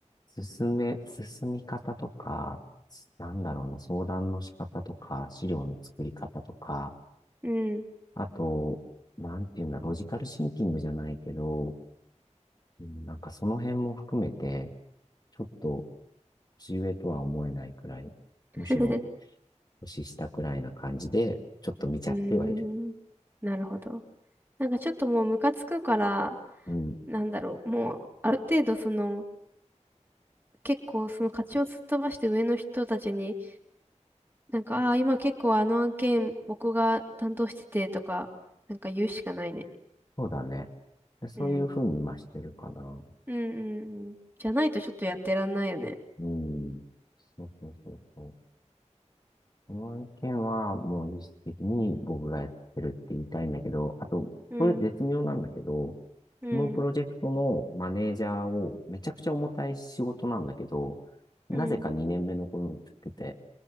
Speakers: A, on the left; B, on the right.
A: 進め、進み方とか、なんだろうな、相談の仕方とか、資料の作り方とか、
B: うん、
A: あと、なんていうんだ、ロジカルシンキングじゃないけど、うんなんかその辺も含めて、ちょっと年上とは思えないくらい、
B: <laughs>
A: むしろ
B: う
A: 年下くらいな感じで、ちょっと見ちゃってはいる。
B: ーん、なるほど。なんかちょっともうムカつくから、
A: うん。
B: なんだろう、もうある程度その、結構その勝ちを突っ飛ばして上の人たちに、なんか、ああ、今結構あの案件僕が担当しててとか、なんか言うしかないね。
A: そうだね。そういうふうに今してるかな。
B: うん。うんうんうん。じゃないとちょっとやってらんないよね。
A: うん。そうそうそうそう。この案件はもう実質的に僕がやってるって言いたいんだけど、あと、
B: うん、
A: これ絶妙なんだけど、
B: うん、
A: このプロジェクトのマネージャーをめちゃくちゃ重たい仕事なんだけど、なぜか2年目の子に振ってて、
B: うん。